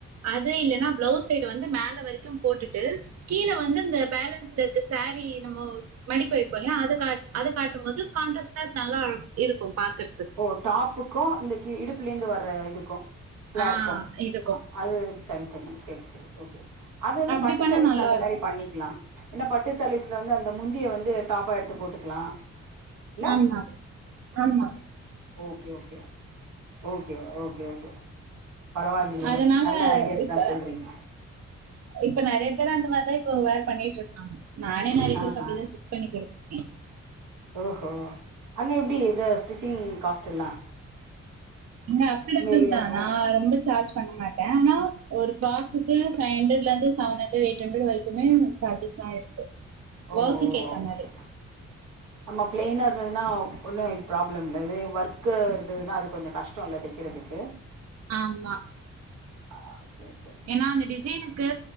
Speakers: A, on the right; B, on the right.
A: அது இல்லைன்னா பிளவுஸ் சைடு வந்து மேல வரைக்கு போட்டுட்டு கீழ வந்து இந்த பேலன்ஸ்ல இருக்க சாரீ நம்மோ மடிப்பு வைப்போ இல்லயா அது கா அது காட்டும் போது கான்ட்ராஸ்ட்டா நல்லா இருக்கு பாக்கற
B: ஒ டாப்புக்கு இந்த கி இடுப்புல இருந்து வர்ற இதுக்கு ஃப்ளார்க்கு
A: ஆ இதுக்கும்.
B: அது தனி தனியா சேரி சேரி ஓகேம்மா அது வந்து
A: அப்படி
B: பட்டு
A: பண்ணா
B: சாரீஸ்ல
A: நல்லா
B: அந்த
A: இருக்கும்.
B: மாரி பண்ணிக்லா ஏன்னா பட்டு சாரீஸ்ல வந்து அந்த முந்திய வந்து டாப்பா எடுத்து போட்டுக்கலா இல்ல
A: ஆமா ஆமா
B: okay okay okay okay okay பரவால்லயே
A: அதனால
B: நல்ல ஐடியாஸ்லா
A: இப்ப
B: சொல்றீங்க
A: இப்ப நெறைய பேரு அந்த மாரிதா இப்ப வேர் பண்ணிட்ருக்காங்க நானே நெறைய பேருக்கு
B: ஆஹா
A: அப்டிதா ஸ்டிச் பண்ணி குடுத்துருக்கே
B: ஓஹோ அங்க எப்டி இது ஸ்டிச்சிங் காஸ்ட் எல்லா
A: இங்க அஃபோர்டபிள்தா
B: உங்க ஏரியா ஓ
A: நா ரொம்ப சார்ஜ் பண்ண மாட் டே ஆனா ஒரு ஃப்ராக்குக்கு ஃபைவ் ஹண்ட்ரட்ல இருந்து செவன் ஹண்ட்ரட் எயிட் ஹண்ட்ரட் வரைக்குமே சார்ஜஸ்லா இருக்கு
B: ஓ
A: வொர்க்குக்கு ஏத்தா
B: ஓகே
A: மாரி
B: ஆமா பிளெய்னா இருந்ததுன்னா ஒன்னு இது ப்ராப்ளம் இல்ல இதே ஒர்க்கு இருந்ததுன்னா அது கொஞ்சோ கஷ்டோ இல்ல தைக்கிறதுக்கு
A: ஆமா
B: ஆ ஓகே ஓகே
A: ஏன்னா அந்த டிசைனுக்கு